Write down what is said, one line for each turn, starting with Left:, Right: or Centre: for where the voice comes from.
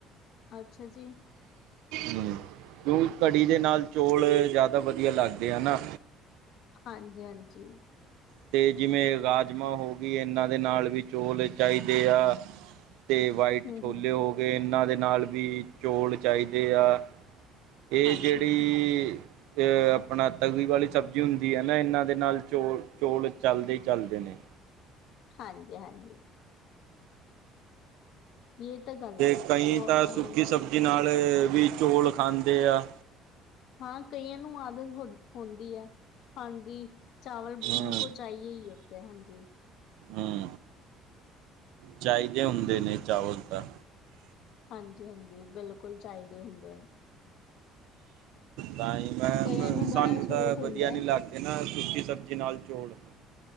Left: ਅੱਛਾ ਜੀ
Right: ਹਮ ਕਿਉਂਕ ਘੜੀ ਦੇ ਨਾਲ ਚੋਲ ਜ਼ਿਆਦਾ ਵਧੀਆ ਲੱਗਦੇ ਆ ਨਾ
Left: ਹਾਂਜੀ ਹਾਂਜੀ
Right: ਅਤੇ ਜਿਵੇਂ ਰਾਜਮਾਂ ਹੋ ਗਈ ਇਹਨਾਂ ਦੇ ਨਾਲ ਵੀ ਚੌਲ ਚਾਹੀਦੇ ਆ ਅਤੇ ਵਾਈਟ
Left: ਹਮ
Right: ਛੋਲੇ
Left: ਹਮ
Right: ਹੋ ਗਏ ਇਹਨਾਂ ਦੇ ਨਾਲ ਵੀ ਚੌਲ ਚਾਹੀਦੇ ਆ ਇਹ
Left: ਹਾਂਜੀ
Right: ਜਿਹੜੀ
Left: ਹਾਂਜੀ
Right: ਤੇ ਆਪਣਾ ਤਗ ਵਾਲੀ ਸਬਜ਼ੀ ਹੁੰਦੀ ਹੈ ਨਾ ਇਹਨਾਂ ਦੇ ਨਾਲ ਚੋਲ ਚੌਲ ਚੱਲਦੇ ਹੀ ਚੱਲਦੇ ਨੇ
Left: ਹਾਂਜੀ ਹਾਂਜੀ ਇਹ ਤਾਂ ਗੱਲ
Right: ਅਤੇ
Left: ਹੈ
Right: ਕਈ
Left: ਚੋ
Right: ਤਾਂ
Left: ਅ
Right: ਸੁੱਕੀ ਸਬਜ਼ੀ ਨਾਲ ਵੀ ਚੌਲ ਖਾਂਦੇ ਆ
Left: ਹਾਂ ਕਈਆਂ ਨੂੰ ਆਦਤ ਹੋ ਹੁੰਦੀ ਹੈ ਖਾਣ ਦੀ ਚਾਵਲ
Right: ਹੂੰ
Left: ਹੁਣ ਕੋ ਚਾਹੀਏ ਹੀ ਹੋਤੇ ਹੈ ਹਾਂਜੀ
Right: ਹਮ ਚਾਹੀਦੇ ਹੁੰਦੇ ਨੇ ਚਾਵਲ ਤਾਂ
Left: ਹਾਂਜੀ ਹਾਂਜੀ ਬਿਲਕੁਲ ਚਾਹੀਦੇ ਹੁੰਦੇ ਆ
Right: ਤਾਂ ਹੀ ਮੈਂ
Left: ਕਈਆਂ ਨੂੰ ਬੜਾ
Right: ਸਾਨੂੰ
Left: ਸ਼ੌਕ
Right: ਤਾਂ
Left: ਹੁੰਦਾ
Right: ਵਧੀਆ ਨੀ
Left: ਹੈ
Right: ਲੱਗਦਾ ਇਹ ਨਾ ਸੁੱਕੀ ਸਬਜ਼ੀ ਨਾਲ ਚੋਲ